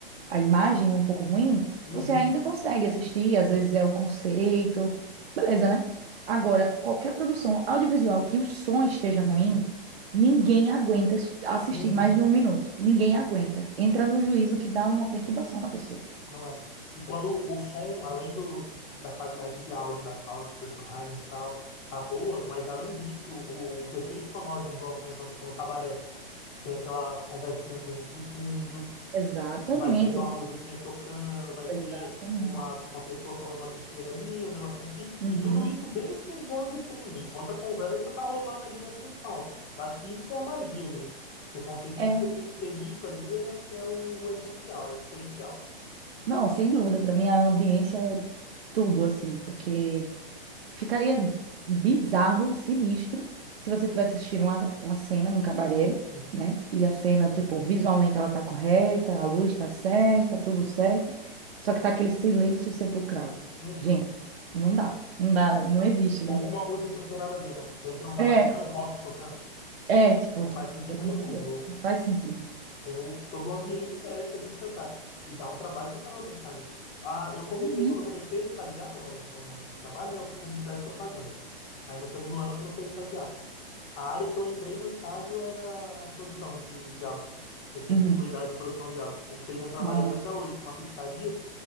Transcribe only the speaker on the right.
a imagem um pouco ruim,
você ainda consegue assistir, às vezes é o conceito, beleza, né? Agora, qualquer produção audiovisual que o som esteja ruim,
ninguém aguenta isso- assistir
mais de um minuto. Ninguém aguenta. Entra no juízo que dá uma perturbação na pessoa.
Exatamente.
Exatamente.
Uhum.
É,
não, sem dúvida, para mim a ambiência é tudo assim, porque Ficaria bizarro, sinistro, se você tivesse assistindo uma, uma cena num cabaré,
né? E a cena, tipo, visualmente ela tá correta, a luz tá certa, tudo certo, só que tá aquele silêncio sepulcral.
Gente, não dá, não dá, não existe, né?
É,
é, tipo,
pelo
amor de Deus, não faz sentido.
Uhum.
Uhum.
Nossa.